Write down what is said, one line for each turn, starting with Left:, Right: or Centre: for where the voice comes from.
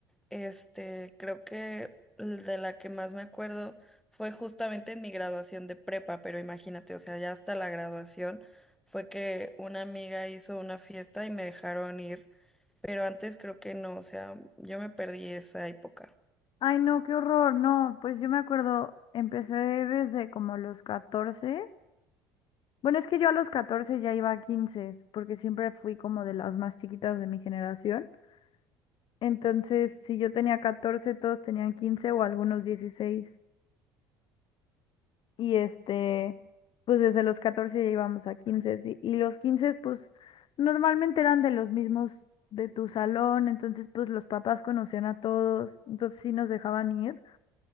Centre: Este, creo que l- de la que más me acuerdo fue justamente en mi graduación de prepa, pero imagínate, o sea, ya hasta la graduación fue que una amiga hizo una fiesta y me dejaron ir, pero antes creo que no, o sea, yo me perdí esa época.
Left: Ay, no, qué horror, no, pues yo me acuerdo, empecé desde como los catorce Bueno, es que yo a los 14 ya iba a 15, porque siempre fui como de las más chiquitas de mi generación. Entonces, si yo tenía 14 todos tenían 15 o algunos dieciséis Y este, pues desde los 14 ya íbamos a quince sí, Y los 15 pues normalmente eran de los mismos de tu salón. Entonces, pues los papás conocían a todos. Entonces, sí nos dejaban ir.